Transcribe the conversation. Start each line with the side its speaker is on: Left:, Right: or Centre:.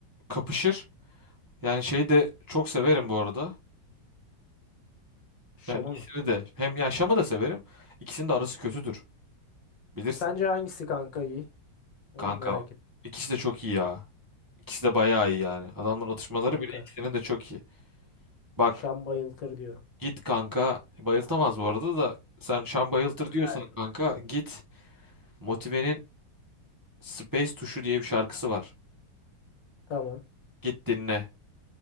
Right: kapışır. Yani şeyi de çok severim bu arada.
Left: Şam'a
Right: Ya ikisini
Left: mı?
Right: de. Hem ya Şam'ı da severim. İkisinin de arası kötüdür. Bilirsin.
Left: Sence hangisi kanka iyi?
Right: Kanka.
Left: Onu merak et
Right: İkisi de çok iyi ya. İkisi de bayağı iyi yani. Adamların atışmaları
Left: kanka.
Right: bile ikisinin de çok iyi. Bak
Left: Şam bayıltır diyorum.
Right: git kanka. Bayıltamaz bu arada da sen Şan bayıltır diyorsan
Left: Hadi be.
Right: kanka git Motive'nin Space Tuşu diye bir şarkısı var.
Left: Tamam.
Right: Git dinle.